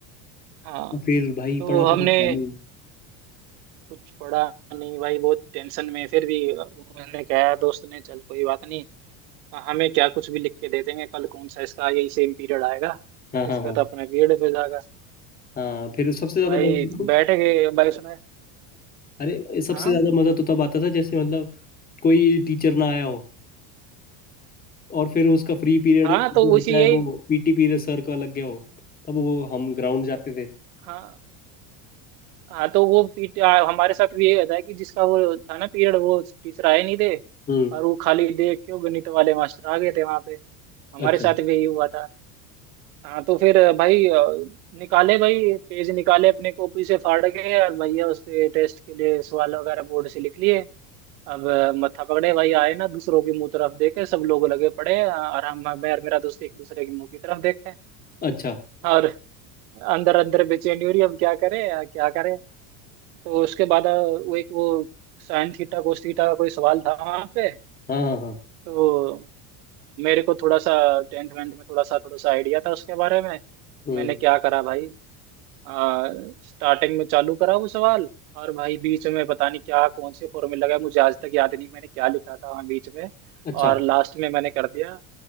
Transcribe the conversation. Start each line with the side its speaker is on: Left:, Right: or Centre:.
Right: हाँ
Left: तो फिर भाई
Right: तो
Left: पढ़ा तो
Right: हमने
Left: कुछ है नहीं
Right: कुछ पड़ा नहीं भाई बहुत टेंशन में फिर भी मैंने कहा दोस्त ने चल कोई बात नहीं हमें क्या कुछ भी लिख के दे देंगे कल कौन सा इसका यही सेम पीरियड आएगा
Left: हाँ हाँ
Right: इसका
Left: हाँ
Right: तो अपना पीरियड पे जाएगा
Left: हाँ फिर सबसे ज्यादा
Right: भाई
Left: मजा
Right: बैठ गए भाई सुना
Left: अरे सबसे
Right: हाँ
Left: ज्यादा मजा तो तब आता था जैसे मतलब कोई टीचर ना आया हो और फिर उसका फ्री पीरियड
Right: हाँ
Left: जो
Right: तो
Left: होता
Right: उसी
Left: है
Right: यही
Left: वो पीटी पीरियड सर का लग गया हो तब वो हम ग्राउंड जाते थे
Right: हाँ हाँ तो वो पीट आ, हमारे साथ भी यही होता है कि जिसका वो था ना पीरियड वो टीचर आए नहीं थे
Left: हम्म
Right: और वो खाली देख क्यों गणित वाले मास्टर आ गए थे वहां पे हमारे
Left: अच्छा
Right: साथ भी यही हुआ था हाँ तो फिर भाई अ, निकाले भाई पेज निकाले अपने कॉपी से फाड़ के और भैया उस पे टेस्ट के लिए सवाल वगैरह बोर्ड से लिख लिए अब अ, मत्था पकड़े भाई आए ना दूसरों की मुंह तरफ देखे सब लोग लगे पड़े अ, और हम मैं और मेरा दोस्त एक दूसरे की मुंह की तरफ देखे
Left: अच्छा
Right: और अंदर अंदर बेचैनी हो रही अब क्या करें अ, क्या करें तो उसके बाद अ, वो एक वो साइन थीटा कोस थीटा का कोई सवाल था वहां पे
Left: हाँ हाँ हाँ
Right: तो मेरे को थोड़ा सा टेंथ वेंथ में थोड़ा सा थोड़ा सा आइडिया था उसके बारे में
Left: हम्म
Right: मैंने क्या करा भाई आ, स्टार्टिंग में चालू करा वो सवाल और भाई बीच में पता नहीं क्या कौन से फॉर्मूला का मुझे आज तक याद नहीं मैंने क्या लिखा था वहाँ बीच में
Left: अच्छा
Right: और लास्ट में मैंने कर दिया